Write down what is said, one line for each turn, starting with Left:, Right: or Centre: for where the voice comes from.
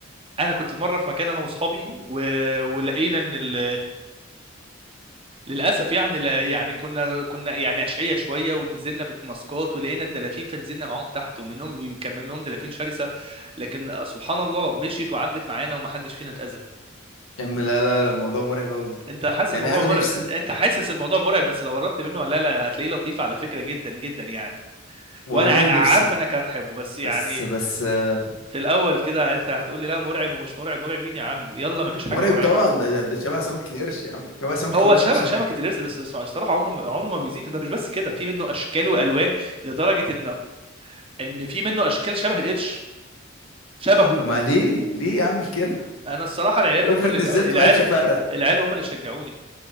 Right: انا كنت في مره في مكان انا واصحابي و... ولقينا ان ال... للاسف يعني لا يعني كنا كنا يعني عشقيه شويه ونزلنا بتماسكات ولقينا الدلافين فنزلنا معاهم تحت ومنهم بي- كان منهم دلافين شرسه لكن سبحان الله مشيت وعدت معانا ومحدش فينا اتاذى
Left: يا عم لا لا لا الموضوع مرعب قوي
Right: انت حاسس
Left: يعني
Right: الموضوع
Left: انا
Right: مرعب
Left: نفسي
Right: انت أنت حاسس الموضوع مرعب بس لو قربت منه لا لا هتلاقيه لطيف على فكره جدا جدا يعني
Left: والله
Right: وانا ع-
Left: نفسي
Right: عارف انك هتحبه بس يعني
Left: بس بس آه،
Right: في الاول كده انت هتقول لي لا مرعب ومش مرعب مرعب مين يا عم يلا مفيش حاجه
Left: مرعب
Right: مرعبه
Left: طبعا ده ده شبه سمكة القرش يا عم شبه سمكة
Right: هو
Left: القرش
Right: شبه
Left: اقسم
Right: شبكة
Left: بالله
Right: القرش بس بس الصراحة عمره ما عمره ما بيزيد ده مش بس كده في منه أشكال وألوان لدرجة إن إن في منه أشكال شبه القرش شبهه
Left: طب ما ليه ليه اعمل كده
Right: أنا الصراحة العيال
Left: <laughs> افرض
Right: هم اللي
Left: نزلت
Right: العيال
Left: ما عرفش افرق
Right: العيال هم اللي شجعوني